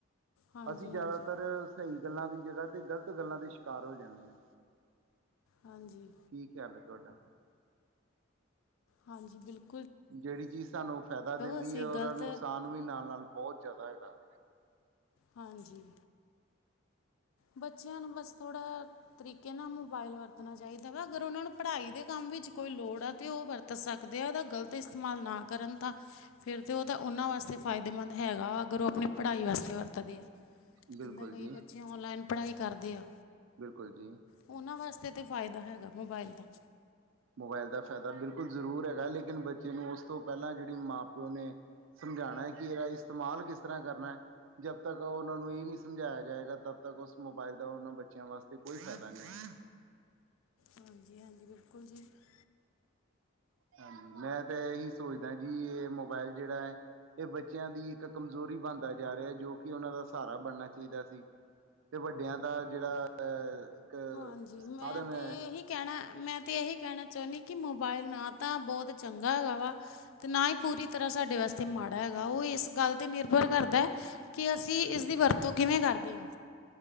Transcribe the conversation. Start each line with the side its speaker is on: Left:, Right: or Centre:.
Left: ਹਾਂਜੀ
Right: ਅਸੀਂ ਜ਼ਿਆਦਾਤਰ
Left: ਹਾਂਜੀ
Right: ਸਹੀ ਗੱਲਾਂ ਦੀ ਜਗ੍ਹਾ ਤੇ ਗ਼ਲਤ ਗੱਲਾਂ ਦੇ ਸ਼ਿਕਾਰ ਹੋ ਜਾਂਨੇ ਆ
Left: ਹਾਂਜੀ
Right: ਕੀ ਖਿਆਲ ਏ ਤੁਹਾਡਾ
Left: ਹਾਂਜੀ ਬਿਲਕ
Right: ਜਿਹੜੀ ਚੀਜ਼ ਸਾਨੂੰ ਫਾਇਦਾ ਦਿੰਦੀ
Left: ਅਸੀਂ
Right: ਹੈ ਔਰ
Left: ਗਲਤ
Right: ਨੁਕਸਾਨ ਵੀ ਨਾਲ ਨਾਲ ਬਹੁਤ ਜ਼ਿਆਦਾ ਹੈਗਾ
Left: ਹਾਂਜੀ ਬੱਚਿਆਂ ਨੂੰ ਬਸ ਥੋੜ੍ਹਾ ਤਰੀਕੇ ਨਾਲ ਮੋਬਾਇਲ ਵਰਤਣਾ ਚਾਹੀਦਾ ਵਾ ਅਗਰ ਉਹਨਾਂ ਨੂੰ ਪੜ੍ਹਾਈ ਦੇ ਕਮ ਵਿਚ ਕੋਈ ਲੋੜ ਆ ਤੇ ਉਹ ਵਰਤ ਤ ਸਕਦੇ ਆ ਉਹਦਾ ਗਲਤ ਇਸਤੇਮਾਲ ਨਾ ਕਰਨ ਤਾਂ ਫੇਰ ਤੇ ਉਹਦਾ ਉਹਨਾਂ ਵਾਸਤੇ ਫਾਇਦੇਮੰਦ ਹੈਗਾ ਅਗਰ ਉਹ ਆਪਣੀ ਪੜ੍ਹਾਈ ਵਾਸਤੇ ਵਰਤਦੇ
Right: ਬਿਲਕੁਲ
Left: ਜਿੱਦਾਂ ਕਈ
Right: ਜੀ
Left: ਬੱਚੇ ਔਨਲਾਈਨ ਪੜ੍ਹਾਈ ਕਰਦੇ ਆ
Right: ਬਿਲਕੁਲ ਜੀ
Left: ਉਹਨਾਂ ਵਾਸਤੇ ਤੇ ਫਾਇਦਾ ਹੈਗਾ ਮੋਬਾਇਲ ਦਾ
Right: ਮੋਬਾਇਲ ਦਾ ਫਾਇਦਾ ਬਿਲਕੁਲ ਜ਼ਰੂਰ ਹੈਗਾ ਲੇਕਿਨ ਬੱਚੇ ਨੂੰ ਉਸ ਤੋਂ ਪਹਿਲਾਂ ਜਿਹੜੀ ਮਾਂ ਪਿਓ ਨੇ ਸਮਝਾਣੈ ਕਿ ਇਹਦਾ ਇਸਤੇਮਾਲ ਕਿਸ ਤਰ੍ਹਾਂ ਕਰਨਾ ਐ ਜਬ ਤੱਕ ਉਹਨਾਂ ਨੂੰ ਇਹ ਨੀ ਸਮਝਾਇਆ ਜਾਏਗਾ ਤਬ ਤੱਕ ਉਸ ਮੋਬਾਇਲ ਦਾ ਉਹਨਾਂ ਬੱਚਿਆਂ ਵਾਸਤੇ ਕੋਈ ਫਾਇਦਾ ਨਹੀਂ
Left: ਹਾਂਜੀ, ਹਾਂਜੀ ਬਿਲਕੁਲ ਜੀ। <unintelligible>
Right: ਹਾਂਜੀ, ਮੈਂ ਤਾਂ ਇਹੀ ਸੋਚਦਾ ਜੀ ਇਹ ਮੋਬਾਇਲ ਜਿਹੜਾ ਐ ਇਹ ਬੱਚਿਆਂ ਦੀ ਇੱਕ ਕਮਜ਼ੋਰੀ ਬਣਦਾ ਜਾ ਰਿਹਾ ਜੋ ਕਿ ਉਹਨਾਂ ਦਾ ਸਹਾਰਾ ਬਣਨਾ ਚਾਹੀਦਾ ਸੀ ਤੇ ਵੱਡਿਆਂ ਦਾ ਜਿਹੜਾ ਇੱਕ
Left: ਹਾਂਜੀ ਮੈਂ
Right: ਸਾਧਨ ਹੈ
Left: ਤੇ ਇਹੀ ਕਹਿਣਾ ਮੈ ਤੇ ਇਹੀ ਕਹਿਣਾ ਚਾਹੁੰਨੀ ਕਿ ਮੋਬਾਇਲ ਨਾ ਤਾਂ ਬਹੁਤ ਚੰਗਾ ਹੈਗਾ ਵਾ ਤੇ ਨਾ ਹੀ ਪੂਰੀ ਤਰ੍ਹਾਂ ਸਾਡੇ ਵਾਸਤੇ ਮਾੜਾ ਹੈਗਾ ਉਹ ਇਸ ਗੱਲ 'ਤੇ ਨਿਰਭਰ ਕਰਦਾ ਐ ਕਿ ਅਸੀ ਇਸ ਦੀ ਵਰਤੋਂ ਕਿਵੇ ਕਰਦੇ ਹਾਂ